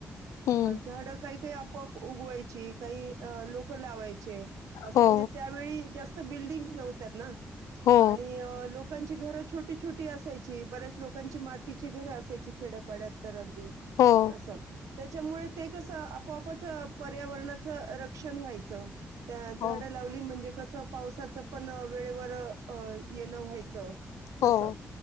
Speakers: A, on the left; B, on the right.
A: हम्म
B: झाड काय काय प उगवायची काही लोक लावाय चे असं
A: हो
B: म्हणजे त्या वेळी जास बिल्डिंग नव्हत ना.
A: हो
B: आणि लोक लोकांची घरं छोटी छोट असयची बऱ्याच लोकांची मात तिची घरं असायची खेड्यापाड्यात तर दि
A: हो
B: अस त्याच्यामुळे ते कसं आपोआपच पर्यावरणाचं रक्षण व्हायचं. त्या झाडं
A: हो
B: लावली म्हणजे कसं पावसाचं पण वेळेवर अ येणं व्हायचं.
A: हो
B: असं